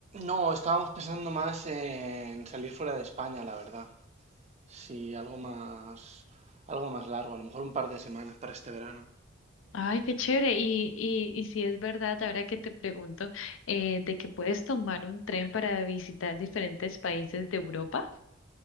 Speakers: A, on the right; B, on the left.
A: No, estábamos pensando más en salir fuera de España, la verdad. Sí, algo más, algo más largo, a lo mejor un par de semanas para este verano.
B: Ay, qué chévere. Y, y, y si es verdad, ahora que te pregunto, eh, de que puedes tomar un tren para visitar diferentes países de Europa.